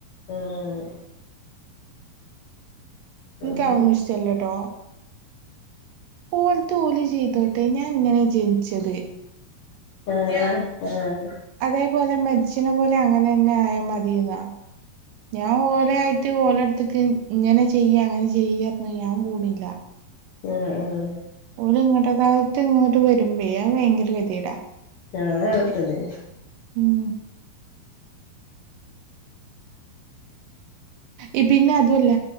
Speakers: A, on the left (about 70°); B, on the right (about 85°).
A: ഏഹ്
B: നിക്കതൊന്നുഷ്ടല്ലട്ടോ
A: ആഹ്
B: ഓല്ത്ത ഓല് ചെയ്തോട്ടെ ഞാൻ ഇങ്ങനെ ജനിച്ചത്
A: ആഹ് ആഹ് ആഹ്
B: അതേപോലെ മരിച്ചിണ പോലെ അങ്ങനന്നെ ആയാ മതിന്നാ ഞാ ഓലായി റ്റ് ഓലെട്ത്ത്ക്ക് ഇങ്ങനെ ചെയ്യ് അങ്ങനെ ചെയ്യ് പറഞ്ഞ് ഞാൻ പോണില്ല
A: ഏഹ് ആഹ്
B: ഓല് ഇങ്ങട്ടേക്കായിട്ട് ഇങ്ങട്ട് വരുമ്പേ ഭയങ്കര ഗതികേടാ
A: ഞാനകത്തുണ്ട്
B: ഉം ഈ പിന്നെ അതുവല്ല